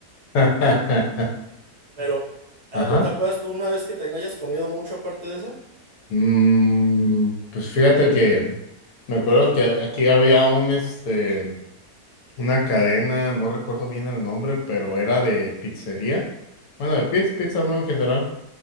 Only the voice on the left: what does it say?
<laughs>
Ajá.
Mm, pues fíjate que me acuerdo que aquí había un, este, una cadena, no recuerdo bien el nombre, pero era de pizzería. Bueno, de pizza, pizza, ¿no? En general.